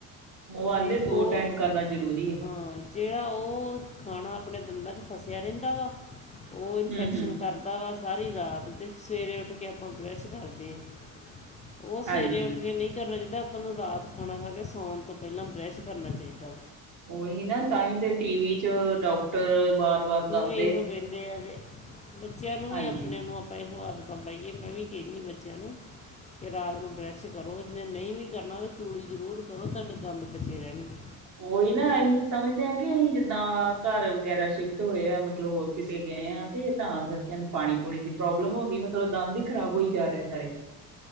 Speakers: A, on the right; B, on the left.
A: ਉਹ ਆਉਂਦੇ
B: ਤੇ
A: ਦੋ
B: ਉਹ
A: ਟਾਈਮ ਕਰਨਾ ਜਰੂਰੀ ਆ
B: ਹਾਂ ਜਿਹੜਾ ਉਹ ਖਾਣਾ ਆਪਣੇ ਦੰਦਾਂ 'ਚ ਫਸਿਆ ਰਹਿੰਦਾ ਵਾ ਉਹ ਇਨਫੈਕਸ਼ਨ
A: ਹਮ ਹਮ
B: ਕਰ ਦਾ ਵ ਸਾਰੀ ਰਾਤ ਤੇ ਸਵੇਰੇ ਉੱਠ ਕੇ ਆਪਾਂ ਬਰਸ਼ ਕਰਦੇ ਹਾਂ ਉਹ ਸਵੇਰੇ
A: ਹਾਂਜੀ
B: ਉੱਠ ਕੇ ਨਹੀਂ ਕਰਨਾ ਚਾਹੀਦਾ ਆਪਾਂ ਨੂੰ ਰਾਤ ਖਾਣਾ ਖਾ ਕੇ ਸਾਉਣ ਤੋਂ ਪਹਿਲਾਂ ਬਰੈਸ਼ ਕਰਨਾ ਚਾਹੀਦਾ
A: ਉਹੀ ਨਾ ਤਾਂਹੀ ਤੇ ਟੀਵੀ ਚ ਡਾਕਟਰ ਵਾਰ ਵਾਰ ਦੱਸ
B: ਇਹ ਪੈਂਦੇ ਆ ਬੱਚਿਆਂ ਨੂੰ ਵੀ
A: ਹਾਂਜੀ
B: ਆਪਣੇ ਮੋਬਾਈਲ ਨੂੰ ਹੱਥ ਨਾ ਪਾਈਏ ਮੈਂ ਵੀ ਕਹਿਨੀ ਬੱਚਿਆਂ ਨੂੰ। ਕਿ ਰਾਤ ਨੂੰ ਬਰਸ਼ ਕਰੋ ਜੇ ਨਹੀਂ ਵੀ ਕਰਨਾ ਤਾਂ ਚੂਲੀ ਜ਼ਰੂਰ ਕਰੋ ਤੁਹਾਡੇ ਦੰਦ ਬਚੇ ਰਹਿਣਗੇ।
A: ਉਹੀ ਨਾ ਅਸੀਂ ਸਮਝਦੇ ਹਾਂ ਕਿ ਅਸੀਂ ਜਿੱਦਾਂ ਘਰ ਵਗੈਰਾ ਸ਼ਿਫਟ ਹੋਏ ਆ ਮਤਲਬ ਹੋਰ ਕਿੱਤੇ ਗਏ ਹਾਂ। ਤੇ ਤਾਂ ਕਰਕੇ ਪਾਣੀ ਪੂਣੀ ਦੀ ਪ੍ਰੋਬਲਮ ਹੋ ਗਈ ਮਤਲਬ ਦੰਦ ਹੀ ਖਰਾਬ ਹੋਈ ਜਾ ਰਿਹੇ ਸਾਰੇ।